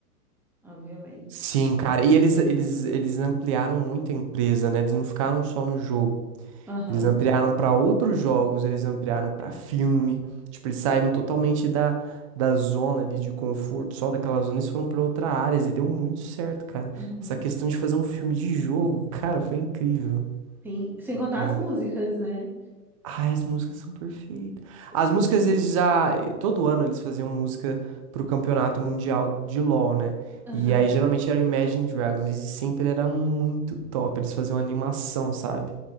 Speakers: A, in the centre; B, on the right.
A: Obviamente.
B: Sim, cara. E eles, eles, eles ampliaram muito a empresa, né? Eles não ficaram só no jogo.
A: Aham.
B: Eles ampliaram para outros jogos, eles ampliaram para filme. Tipo, eles saíram totalmente da, da zona ali de conforto, só daquela zona, eles foram para outra área e deu muito certo, cara.
A: Uhum.
B: Essa questão de fazer um filme de jogo, <laughs> cara, foi incrível.
A: Sim, sem
B: Incrível.
A: contar as músicas, né?
B: Ai, as músicas são perfeitas.
A: Sim.
B: As músicas, eles já. Todo ano eles faziam música pro campeonato mundial de LoL, né?
A: Aham.
B: E aí geralmente era Imagine Dragons. E sempre era muito top. Eles faziam animação, sabe?